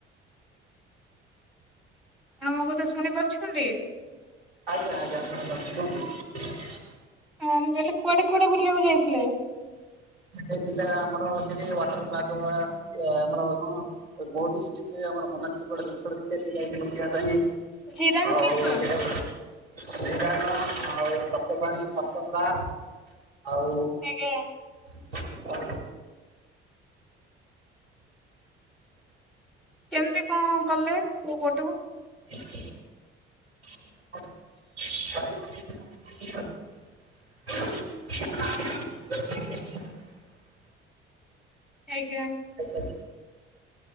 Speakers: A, in the centre; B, on the right (about 80°).
A: ହଁ ମୋ କଥା ଶୁଣି ପାରୁଛନ୍ତି?
B: ଆଜ୍ଞା ଆଜ୍ଞା ଶୁଣିପାରୁଛି ସୁଣୁଛି।
A: ହଁ ମୁଁ କହିଲି କୁଆଡ଼େ କୁଆଡ଼େ ବୁଲିବାକୁ ଯାଇଥିଲେ?
B: ସେଟା ଥିଲା ଆମର ସେଠି ୱାଟର ପାର୍କ ଗୁଳା ଏ ଆମର କଣ ବୌଦ୍ଧିଷ୍ଟ ଆମର ମନାଷ୍ଟି ଜିନିଷଟା ଥିଲା ସେ ଠିକ ଯାଇଥିଲି ବୁଲିବା ପାଇଁ
A: ଜିରାଙ୍ଗ
B: ଆଉ
A: କି ସାର୍
B: ସେଟା <unintelligible> ଆଉ ତପ୍ତପାଣି ପାଣି ଖସଗୁଡା ଆଉ
A: ଆଜ୍ଞା।
B: <unintelligible>
A: କେମିତି କଣ କଲେ କୋଉ ପଟୁ?
B: ବିଲକ। <unintelligible>
A: ଆଜ୍ଞା।
B: ଆଜ୍ଛା।